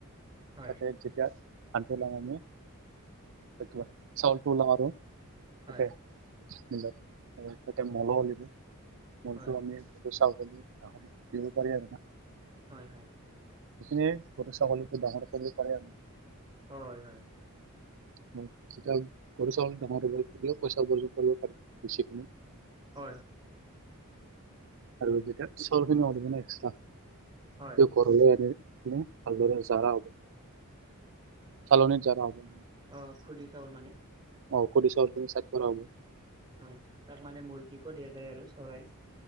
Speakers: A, on the right; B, on the right.
A: হয়,
B: তাতে যেতিয়া আট ল মি চ ট ল মাৰে
A: হয়,
B: <inaudible> বিলাক ত তাতে মলো ওলিব মলটো
A: হয়,
B: আমি। চাল দিব পাৰি আৰু না
A: হয় হয়
B: সেই ঘৰু ছাগলী ডাঙৰ কৰিব পাৰে আৰু।
A: হয় হয়।
B: মতি কৰ চা <inaudible> পইচা উপাৰ্জন কৰিব পাৰি বেছিকিনে।
A: হয়,
B: আৰু যেতিয়া চলিন এক্
A: হয়,
B: ঘৰ আ <inaudible> ভালদৰে জাৰা হ'ব চালনিত জাৰা হ'ব।
A: আহ খুধি চাউল মানে।
B: অ খুধি চাউল কৰা হব।
A: হয় তাক মানে মুৰ্গীকো দিয়া যায় আৰু চৰাই।